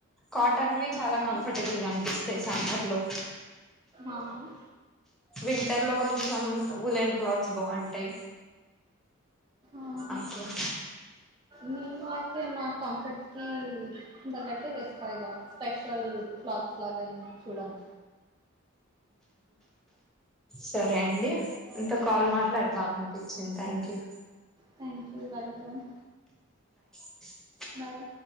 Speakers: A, in the centre; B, on the right.
A: కాటన్వి చాలా
B: అవును.
A: కంఫర్టబుల్గా అనిపిస్తాయి సమ్మర్ లో
B: ఆవును
A: వింటర్ లో కొంచెం ఉలెన్ క్లాత్స్ బాగుంటాయి
B: ఆహా!
A: అట్లా
B: నేను అయితే నా కంఫర్ట్కి తగ్గటై వేస్తాయి ఇగా స్పెషల్ క్లాత్స్ లాగా ఏ చూడను
A: సరే అండి ఇంత కాల్ మాట్లాడి బాగా అనిపించింది thank you
B: thank you welcome
A: బ
B: బాయ్